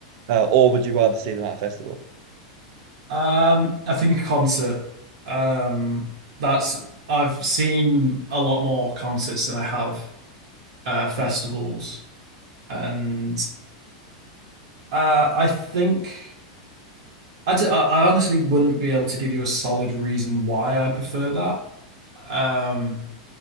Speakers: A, on the right; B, on the right.
A: uh, or would you rather see them at a festival?
B: Um, I think a concert. Um, that's I've seen a lot more concerts than I have uh festivals. And uh I think I, d- I I honestly wouldn't be able to give you a solid reason why I prefer that. Um,